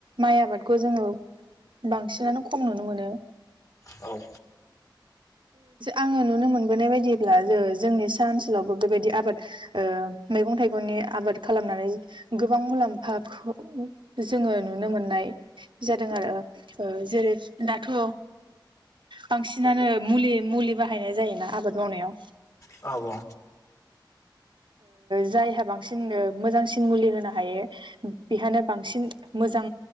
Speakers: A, on the right; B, on the left.
A: माइ आबादखौ जोङो बांसिनानो खम नुनो मोनो
B: औ
A: आङो नुनो मोनबोनाय बायदिब्ला जोंनि ओनसोलावबो बेबायदि आबाद मैगं थाइगंनि आबाद खालामनानै गोबां मुलाम्फाखौ जोङो नुनो मोननाय जादों आरो जेरै दाथ' बांसिनानो मुलि मुलि बाहायनाय जायोना आबाद मावनायाव
B: औ औ
A: जायहा बांसिन मोजांसिन मुलि होनो हायो बेहानो बांसिन मोजां